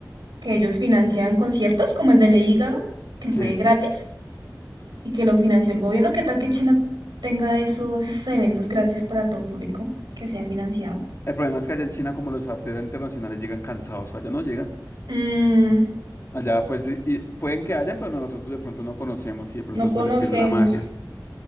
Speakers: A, on the right; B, on the left.
A: Que ellos financian conciertos como el de Lady Gaga, que
B: Sí.
A: fue gratis y que lo financió el gobierno. ¿Qué tal que China tenga esos, esos eventos gratis para todo público que sea financiado?
B: El problema es que allá en China, como los artistas internacionales llegan cansados, allá no llegan.
A: Mm,
B: Allá, pues, y- y pueden que hayan, pero nosotros de pronto no conocemos y de pronto
A: no
B: eso
A: conocemos.
B: le pierde la magia.